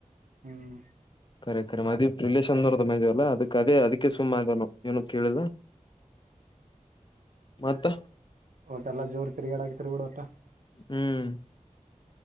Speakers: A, on the right; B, on the left.
A: ಹ್ಮ್
B: ಕರೆ ಕರೆ ಮದ ರಿಲೇಷನೊರ್ದ ಮದ್ವಿಲ್ಲಾ ಅದಕ್ಕೆ ಅದೇ ಅದಕ್ಕೆ
A: ಹ್ಮ್
B: ಸುಮ್ ಆದನು ಏನು ಕೇಳಿಲ್ಲ. ಮತ್ತ
A: ಔಟಲ್ಲ ಜೋರು ತಿರ್ಗಾಡಕತಿರಿ ಬಿಡ ಟ.
B: ಹ್ಮ್